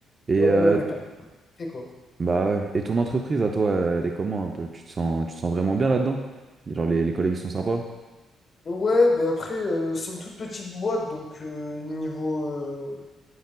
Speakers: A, on the right (about 35°); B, on the left (about 45°).
A: Et,
B: Ouais,
A: euh,
B: même les personnalités, quoi.
A: bah ouais. Et ton entreprise, à toi, elle est comment un peu? Tu te sens, tu te sens vraiment bien là-dedans? Genre, les, les collègues, ils sont sympas?
B: Ouais, bah après, euh, c'est une toute petite boîte, donc euh, niveau, euh,